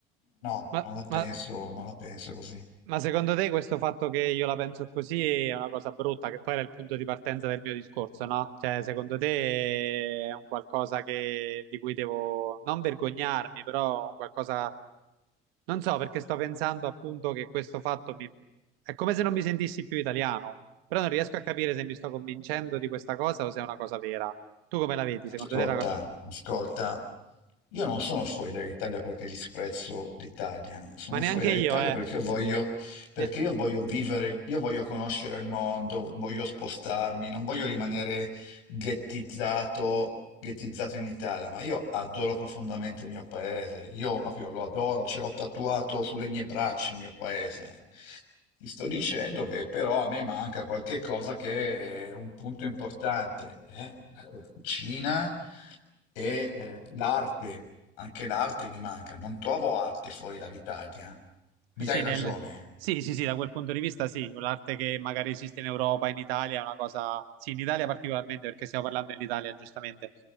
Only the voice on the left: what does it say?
No,
non la penso,
non la penso così.
Ascolta,
ascolta, io non sono fuori dall'Italia perché disprezzo l'Italia, sono
fuori dall'Italia
perché io voglio, perché
io voglio vivere, io voglio conoscere il mondo, voglio spostarmi, non voglio rimanere ghettizzato, ghettizzato in Italia, ma io adoro profondamente il mio paese, io proprio lo adoro, ce l'ho tatuato sulle mie braccia il mio paese. Ti sto dicendo che però a me manca qualche cosa che è un punto importante, eh? La cucina e eh, l'arte, anche l'arte mi manca, non trovo arte fuori dall'Italia. Mi
dai ragione.